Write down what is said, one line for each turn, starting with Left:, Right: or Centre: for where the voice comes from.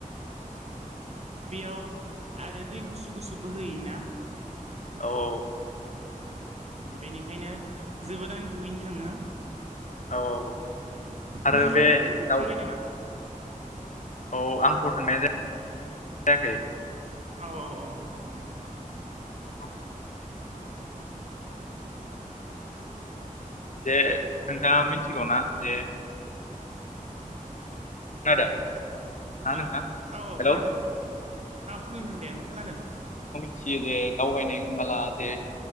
Right: बेयाव आरो दै गुसु-गुसु बोहैयोना
Left: औ औ
Right: बेनिखायनो जोबोदानो दुगैनो थाङो
Left: औ आरो
Right: नोंथाङाबो
Left: बे
Right: फैफेरखांबाय
Left: दाउ
Right: नामा?
Left: औ आंथ' थांनाय जाया -जायाखै
Right: अह औ ओम
Left: औ जे नोंथाङा मिथिगौना जे खोनादों ना
Right: औ-औ-औ
Left: नोंथां हेलौ
Right: खोनादों औ खोनादों दे आं खोनादों
Left: जे- जे दावबायनाय होनबोला जे